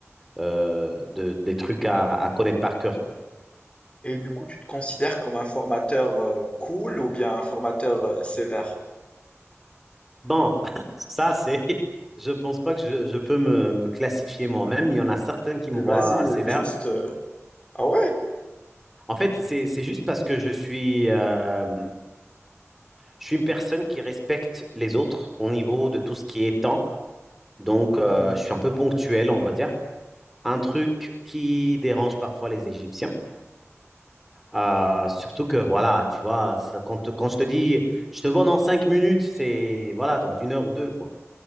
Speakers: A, in the centre; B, on the left.
A: euh, de, des trucs à, à connaître par cœur, quoi.
B: Et du coup, tu te considères comme un formateur euh, cool ou bien un formateur euh, sévère?
A: Bon, <laughs> ça, c'est. Je pense pas que je, je peux me, me classifier moi-même. Il y en a certaines qui
B: Mais
A: me
B: vas-y,
A: voient sévère.
B: juste. euh, Ah ouais?
A: En fait, c'est c'est juste parce que je suis, euh, je suis une personne qui respecte les autres au niveau de tout ce qui est temps. Donc, euh,
B: Mhm.
A: je suis un peu ponctuel, on va dire. Un truc qui dérange parfois les Égyptiens. Euh, surtout que, voilà, tu vois, ça- quand, quand je te dis, je te vois dans cinq minutes, c'est, voilà, dans une heure ou deux, quoi.